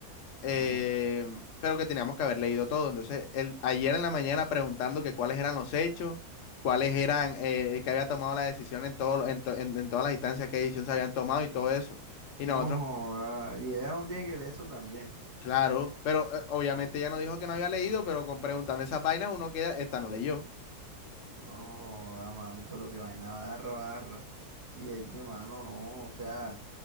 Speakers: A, on the left (about 60°); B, on the right (about 85°).
A: eh,
B: ujú.
A: pero que teníamos que haber leído todo. Entonces, el, ayer en la mañana preguntando que cuáles eran los hechos, cuáles eran eh, el que había tomado la decisión en, todo, lo- en, to- en- en todas las instancias, qué decisión se habían tomado y todo eso. Y
B: No,
A: nosotros,
B: joda. Y ella no tiene que leer eso también.
A: claro, pero eh, obviamente ya no dijo que no había leído, pero con, preguntando esas vainas uno queda, esta no leyó.
B: No, a mano, pero que vaina barra, barra. Y es que, mano, no, o sea.